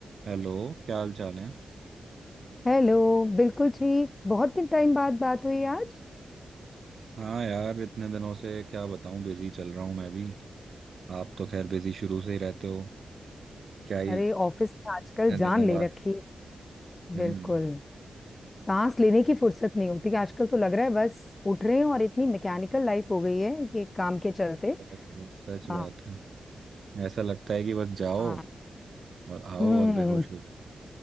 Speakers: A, on the right; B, on the left.
A: Hello क्या हाल चाल है
B: Hello बिल्कुल ठीक बहुत दिन टाइम बाद बात हुई आज
A: हाँ यार इतने दिनों से क्या बताऊं बिजी चल रहा हूँ मैं भी आप तो खैर बिजी शुरू से ही रहते हो क्या ही
B: अरे ऑफिस में आजकल
A: इतने दिनों
B: जान ले
A: बाद
B: रखी
A: हम्म
B: बिल्कुल सांस लेने की फुर्सत नहीं होती आजकल तो लग रहा है बस उठ रहे हैं और इतनी मैकेनिकल लाइफ हो गई है ये काम के चलते
A: बहुत- बहुत सच बात
B: आ,
A: है ऐसा लगता है कि बस जाओ
B: आ,
A: और आओ
B: हम्म
A: और बेहोश हो जाओ